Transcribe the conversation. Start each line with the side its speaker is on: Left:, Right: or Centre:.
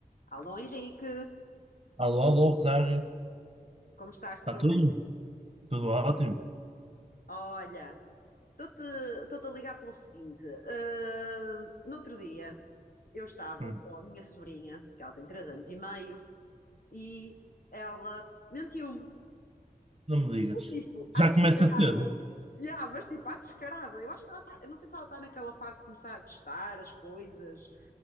Left: Alô Henrique,
Right: Alô, alô, Rosário.
Left: como estás?
Right: Está
Left: Tudo
Right: tudo?
Left: bem?
Right: Tudo ótimo?
Left: Olha, estou-te estou-te a ligar pelo seguinte. ah, no outro dia eu estava
Right: Hum,
Left: com a minha sobrinha, que ela tem 3 anos e meio, e ela mentiu-me.
Right: não me digas.
Left: Mas tipo, à
Right: Já
Left: descarada.
Right: começa cedo?
Left: Yeah, mas tipo, à descarada. Eu acho que ela está. Eu não sei se ela está naquela fase de começar a testar as coisas